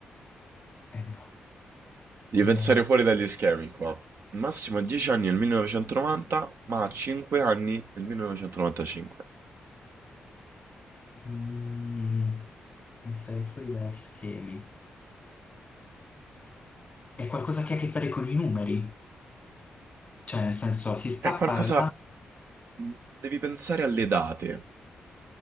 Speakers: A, on the left; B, on the right.
A: Eh no.
B: devi
A: Eh,
B: pensare fuori dagli schemi qua. Massimo ha 10 anni nel 1990, ma ha 5 anni nel 1995.
A: mm, pensare fuori dagli schemi. È qualcosa che ha a che fare con i numeri. Cioè, nel senso, si sta
B: È qualcosa...
A: parlando
B: mhmm, Devi pensare alle date.